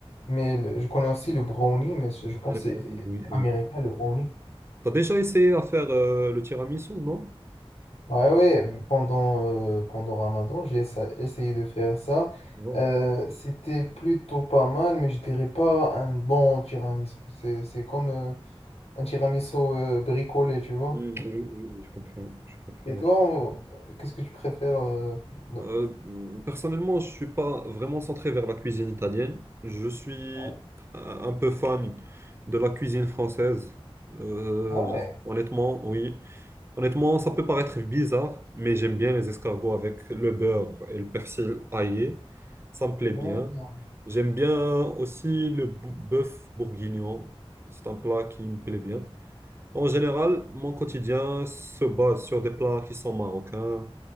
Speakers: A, on the left; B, on the right.
A: mais le- je connais aussi le brownie, mais je je pense
B: Ah, les brownies,
A: que c'est
B: oui,
A: c'est
B: oui.
A: américain, le brownie.
B: T'as déjà essayé à faire euh, le tiramisu, non?
A: Ouais, ouais, pendant, euh, pendant Ramadan, j'ai essa- essayé de faire ça.
B: Wow.
A: Euh, c'était plutôt pas mal, mais je dirais pas un bon tiramisu. C'est c'est comme. euh, Un tiramisu euh, bricolé, tu vois.
B: Mm, oui, oui, je comprends, je comprends.
A: Et toi,
B: je
A: on-
B: comprends.
A: qu'est-ce que tu préfères euh, non.
B: Euh, personnellement, je suis pas vraiment centré vers la cuisine italienne. Je suis
A: Ouais.
B: euh, un peu fan de la cuisine française. Euh,
A: Ah ouais,
B: je- honnêtement, oui. Honnêtement, ça peut paraître bizarre, mais j'aime bien les escargots avec le beurre et le persil aillé. Ça me plaît
A: d'accord.
B: bien. J'aime bien aussi le bou- bœuf bourguignon. C'est un plat qui me plaît bien. En général, mon quotidien se base sur des plats qui sont marocains.